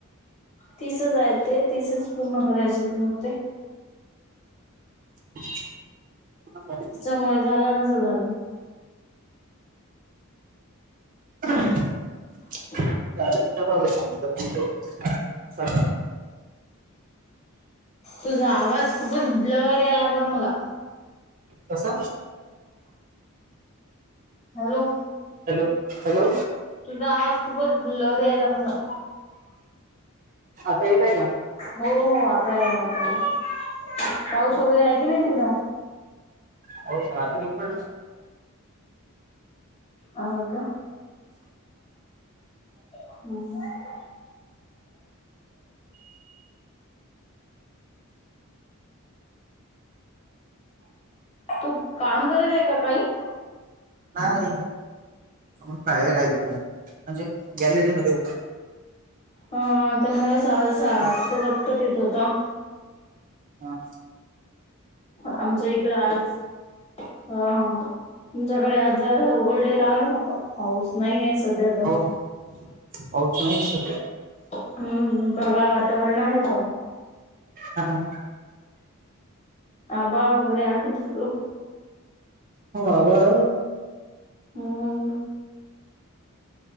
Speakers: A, on the left; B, on the right.
A: तीसचऐत ते, तीसच पूर्ण करायचे मते
B: <inaudible> अ <inaudible>
A: त्च्यामुळे झाला नसेल आग्
B: <inaudible>
A: <unintelligible>
B: <unintelligible>
A: तुझा आवाज खूपच ब्लअर याय लागला मला
B: कसा? <inaudible> <inaudible>
A: हॅलो
B: हॅलो हॅलो
A: तुझा आवाज खूपच ब्लर यायला मला.
B: आता येतंय का?.
A: हो हो आता यायला लागलाय. पाऊस वगरे आहे की नाही तिकडं?
B: पाऊस रात्री पण
A: आहे का? <inaudible> तू काम करत आएका काही?
B: नाही उ बाहेर आहे थोडं, म्हणजे गॅलरी मध्ये उभा
A: हा त्यामुळेच आवाज असा
B: आहे.
A: अटकत अटकत येत होता.
B: हा.
A: आमच्या इकडं आज हा हा तुमच्याकडे आज जरा उघडलेला आहे का पा पाऊस नाहीये सध्या तर
B: हो पाऊस नाही सुटला.
A: हम्म ढगाळ वातावरण आहे पण
B: हा.
A: आभाळ वगैरे आहे म्हटलो.
B: हो आभाळ आहे.
A: हम्म.